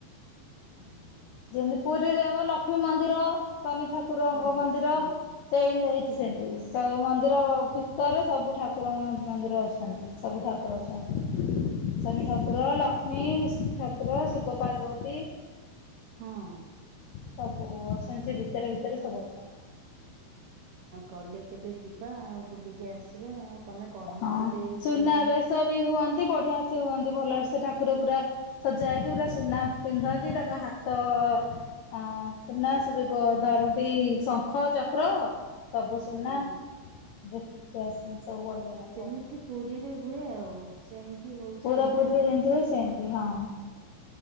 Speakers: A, on the right; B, on the left.
A: ହୁଁ।
B: ଯେନ୍ତି ପୁରୀରେ ଓ ଲକ୍ଷ୍ମୀ ମନ୍ଦିର ଶନି ଠାକୁର
A: ହଁ
B: ଙ୍କ ମନ୍ଦିର
A: ହଁ
B: ସେ ଏନ୍ତି ଏଇଠି ସେମିତି ସବୁ ମନ୍ଦିର ଭିତରେ ସବୁ ଠାକୁରଙ୍କ ମନ୍ଦିର ଅଛନ୍ତି ସବୁ ଠାକୁର ଅଛନ୍ତି ଶନି ଠାକୁର ଲକ୍ଷ୍ମୀ ଠାକୁର ଶିବ ପାର୍ବତୀ
A: ହଁ।
B: ସବୁ ଅଛନ୍ତି ସେ ଭିତରେ ଭିତରେ ସବୁ ଅଛନ୍ତି।
A: କଲେ କେବେ ଯିବା ଆଉ ବୁଲିକି ଆସିବା। ତମେ କହିନ
B: ହଁ
A: କେବେ ଏ ବିଷୟରେ
B: ସୁନାବେଶ
A: ମତେ।
B: ବି ହୁଅନ୍ତି ବଢିଆ ସେ ହୁଅନ୍ତି ଭଲରେ ସେ ଠା କୁର ପୁରା ସଜା ହେକି ପୁରା ସୁନା ପିନ୍ଧନ୍ତି ତାଙ୍କ ହାତ ଅ ସୁନା ସେ ଯୋଉ ଧରନ୍ତି ଶଙ୍ଖ ଚକ୍ର ସବୁ ସୁନା
A: ହଁ
B: ଦେଖି ଆସ ସବୁ ଭଲ ଲ
A: ଯେମିତି ପୁରୀ ହୁଏ ଆଉ ସେମିତି ହଉଛି
B: ପୁରା ପୁରୀରେ
A: ନା।
B: ଯେମିତି ହୁଏ ସେମିତି ହଁ।